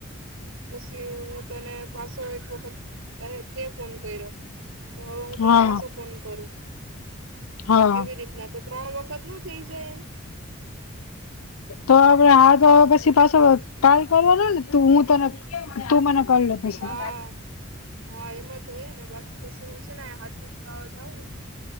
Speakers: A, on the right; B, on the left.
A: પછી હું તને પાછો એક વખત <unintelligible> તે ફોન કયરો, ને હવે હું તન
B: હા
A: પાછો ફોન કરું
B: હા
A: એવી રીતના તો ત્રણ વખત નો થઇ જાય એમ?
B: તો આપણે આજ પછી પાછો કાલ કરવાનો ને તું હું તને તું મને કર લે પસી.
A: હા હા એમ જ હોય ને, બાકી પસી હું સે ને હાજરી પુરાવા જાવ ને